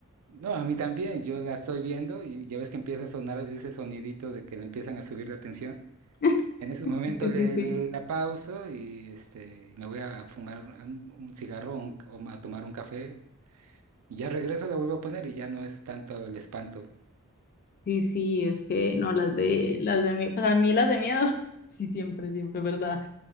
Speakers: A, on the right; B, on the left.
A: No, a mí también, yo la estoy viendo y ya ves que empieza a sonar ese sonidito de que le empiezan a subir la tensión.
B: <laughs>
A: En ese momento
B: Sí,
A: le,
B: sí, sí.
A: le- la pauso y este, me voy a fumar un, un cigarro o un- o a tomar un café. Y ya regreso, la vuelvo a poner y ya no es tanto el espanto.
B: Sí, sí, es que no, las de, las de mí, pues a mí las de miedo, <laughs> sí, siempre, siempre, ¿verdad?